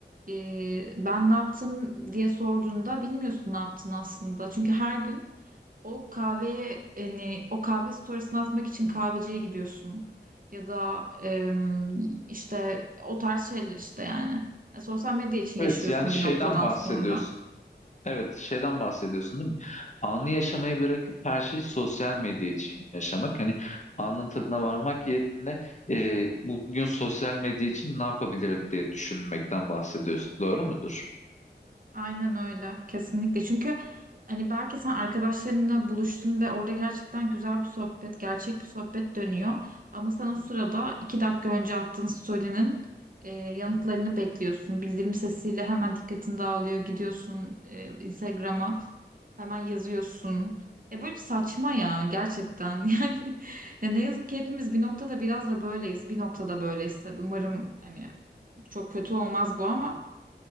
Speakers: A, on the right; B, on the left.
A: e, ben ne yaptım diye sorduğunda bilmiyorsun ne yaptın aslında. Çünkü her gün o kahveye hani o kahve storiesini atmak için kahveciye gidiyorsun. Ya da em, işte o tarz şeyler işte yani. Ya sosyal medya için yaşıyorsun
B: Evet, yani şeyden
A: bir noktadan
B: bahsediyorsun.
A: sonra.
B: Evet, şeyden bahsediyorsun değil mi? Anı yaşamayı bırakıp her şeyi sosyal medya için yaşamak. Hani anın tadına varmak yerine e, bugün sosyal medya için ne yapabilirim diye düşünmekten bahsediyorsun. Doğru mudur?
A: Aynen öyle. Kesinlikle. Çünkü hani belki sen arkadaşlarınla buluştun ve orada gerçekten güzel bir sohbet, gerçek bir sohbet dönüyor. Ama sen o sırada iki dakika önce attığın story'nin e, yanıtlarını bekliyorsun. Bildirim sesiyle hemen dikkatin dağılıyor. Gidiyorsun e, Instagram'a. Hemen yazıyorsun. Ya böyle bir saçma ya gerçekten. <laughs> Yani ya ne yazık ki hepimiz bir noktada biraz da böyleyiz. Bir noktada böyleyiz tabii. Umarım hani çok kötü olmaz bu ama